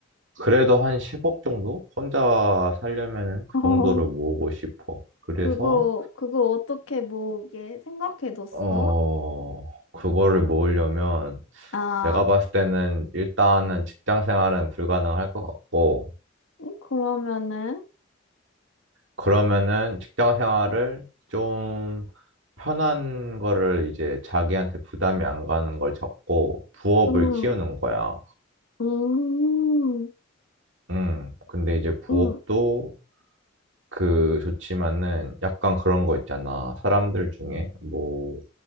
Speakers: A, on the right; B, on the left.
A: 그래도 한 10억 정도? 혼자 살려면은 그
B: 어,
A: 정도를 모으고 싶어. 그래서,
B: 그거, 그거 어떻게 뭐게 생각해뒀어?
A: 어, 그거를 모으려면
B: 아,
A: 내가 봤을 때는 일단은 직장 생활은 불가능할 것 같고,
B: 음, 그러면은,
A: 그러면은 직장 생활을 좀 편한 거를 이제 자기한테 부담이 안 가는 걸 잡고 부업을
B: 음,
A: 키우는 거야.
B: 음,
A: 음, 근데 이제 부업도
B: 음,
A: 그 좋지만은 약간 그런 거 있잖아. 사람들 중에 뭐